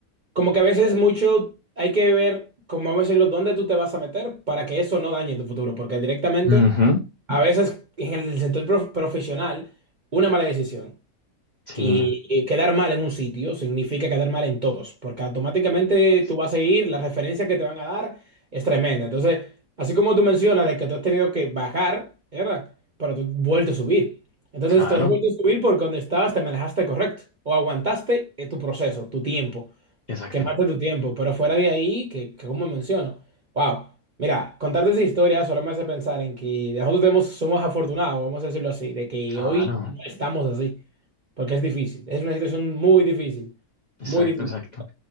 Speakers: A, on the right; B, on the left.
A: como que a veces mucho hay que ver, como vamos a decirlo, dónde tú te vas a meter para que eso no dañe tu futuro, porque directamente...
B: Ujú,
A: A veces en el sector prof- profesional, una mala decisión.
B: Sí,
A: Y y quedar mal en un sitio significa quedar mal en todos, porque automáticamente tú vas a ir, la referencia que te van a dar es tremenda. Entonces, así como tú mencionas de que tú has tenido que bajar, ¿verdad? Pero tú has vuelto a subir. Entonces,
B: claro,
A: tú has vuelto a subir porque donde estabas te manejaste correcto o aguantaste eh, tu proceso, tu tiempo.
B: exacto,
A: Quemaste tu tiempo, pero fuera de ahí, que, que como menciono, wow, mira, contarte esa historia solo me hace pensar en que nosotros tenemos, somos afortunados, vamos a decirlo así, de que
B: claro,
A: hoy no estamos así, porque es difícil, es una situación muy difícil,
B: exacto,
A: muy difícil,
B: exacto.